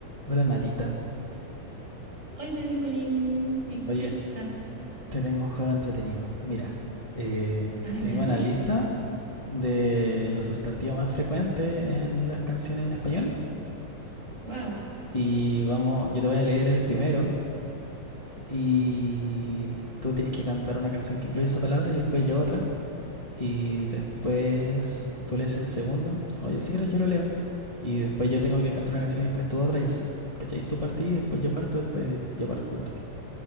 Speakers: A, on the left; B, on the right.
A: Hola Natita.
B: Hola, Nicolín, ¿en
A: Oye,
B: qué estás?
A: te tengo un juego entretenido. Mira, eh,
B: Ah, ya.
A: tengo una lista de los sustantivos más frecuentes en las canciones en español.
B: Wow.
A: Y vamos, yo te voy a leer el primero y tú tienes que cantar una canción que incluye esa palabra y después yo otra. Y después tú lees el segundo. O yo si quieres yo lo leo. Y después yo tengo que cantar una canción y después tú otra y así. ¿Cachai? Tú partí, después yo parto, después yo parto, tú partí.